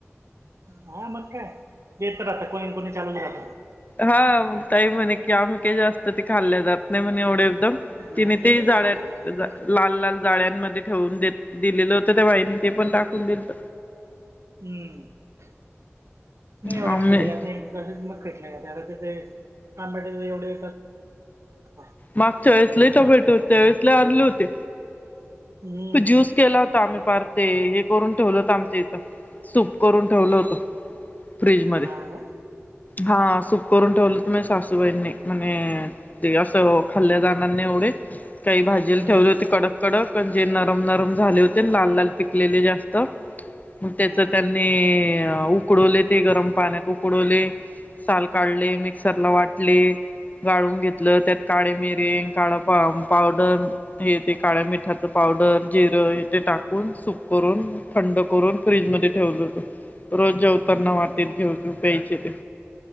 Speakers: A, on the right (about 75°); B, on the left (about 35°).
A: हा मग काय ब तर राहता कोणी कोणी चालवले राह
B: हा मग काही म्हणे की आम का जास्त ते खाल्ले जात नाही म्हणे एवढे एकदम तिन
A: नाही
B: ते झाड
A: खाल्लं जात
B: लाल लाल जाळ्यांमध्ये ठेवून दिलेलं होतं त्या बाईने ते पण टाकून दिलत.
A: हम्म नाही एवढडे
B: आम्ही
A: खाले ज नाही वस मल्याते ते आांबट ते एवढे <inaudible>
B: मागच्या वेळेस लई टोमॅटो होते त्यावेळेस लई आणले होते.
A: हम्म
B: तू ज्यूस केला होता आम्ही पार ते हे करून ठेवलं होत आमच्या इथं सूप करून ठेवलं होतं. फ्रीज मध्ये
A: हा का
B: हा सूप करून ठेवलं. माझ्या सासूबाईंनी म्हणे असं खाल्या जाणार नाही एवढे काही भाजीला
A: हम्म
B: ठेवले होते कडक कडक आणि जे नरम नरम झाले होते लाल लाल पिकलेले जास्त मग त्याच
A: हा
B: त्यांनी उकडवले ते गरम पाण्यात उकडवले साल काढले मिक्सरला वाटले गाळून घेतलं त्यात काळे मिरे काळ पावडर हे ते काळ्या मिठात पावडर जिरं तेे टाकून सुूप करून थंड करून फ्रीज मध्ये ठेवलं होत. रोज जेवतांना
A: हम्म
B: वाटेत घेऊन प्यायचे ते